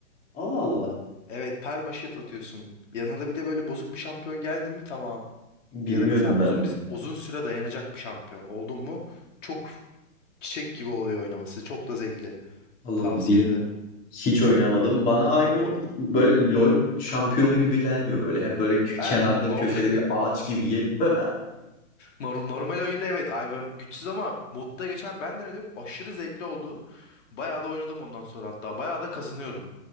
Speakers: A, on the left; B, on the left.
A: Allah Allah.
B: Evet perma shield atıyorsun. Yanında bir de böyle bozuk bir şampiyon geldi mi tamam.
A: Bilmiyordum
B: Ya da mesela
A: ben
B: uzun
A: onu.
B: bir uzun süre dayanacak bir şampiyon oldun mu çok çiçek gibi oluyor oynaması. Çok da zevkli.
A: Allah
B: Tavsiye
A: Allah. Bil-
B: ederim.
A: Hiç oynamadım. Bana
B: Bak
A: Ivern
B: o
A: böyle LoL şampiyonu gibi gelmiyor böyle. Hep böyle kö-
B: ha,
A: kenarda
B: nor-
A: köşede
B: <laughs>
A: bir ağaç gibi geliyor. <laughs>
B: nor- normal oyunda evet Ivern güçsüz ama modda geçen ben denedim. Aşırı zevkli oldu. Bayağı da oynadım ondan sonra hatta. Bayağı da kazanıyorum